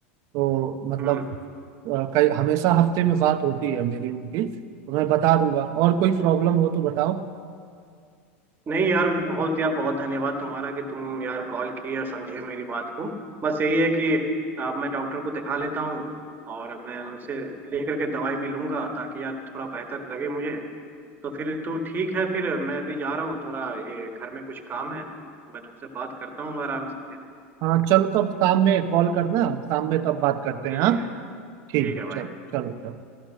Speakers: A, on the right; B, on the right.
A: तो मतलब
B: हम्म
A: अ, कई हमेशा हफ्ते में बात होती है मेरी उनकी तो मैं बता दूंगा और कोई प्रॉब्लम हो तो बताओ
B: नहीं यार बहुत यार बहुत धन्यवाद तुम्हारा कि तुम यार कॉल किए और समझे मेरी बात को बस यही है कि अब मैं डॉक्टर को दिखा लेता हूँ और मैं उनसे लेकर के दवाई भी लूंगा ताकि यार थोड़ा बेहतर लगे मुझे तो फिर तो ठीक है फिर मैं अभी जा रहा हूँ थोड़ा ये घर में कुछ काम है तो मैं तुमसे बात करता हूँ आराम से फिर
A: हाँ चलो तब शाम में कॉल करना शाम में तब बात करते हैं
B: ठीक
A: हाँ
B: है ठीक
A: ठीक
B: है
A: है
B: भाई
A: चलो चलो चलो